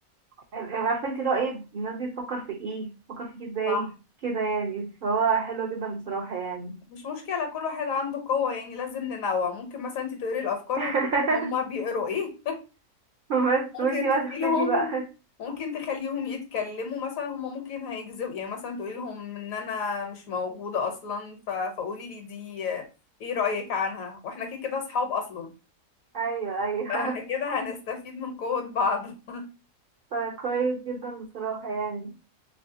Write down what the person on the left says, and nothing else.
صح
مش مشكله كل واحد عنده قوه يعني لازم ننوع ممكن مثلا انت تقري الافكار
وتقولي هما بيقروا ايه
ممكن
تقولي
لهم
ممكن تخليهم يتكلموا مثلا هما ممكن هيكذبوا يعني مثلا تقولي لهم ان انا مش موجوده اصلا ف... فقولي لي دي ايه رايك عنها واحنا كده كده اصحاب اصلا
فاحنا كده هنستفيد من قوة بعض <laughs>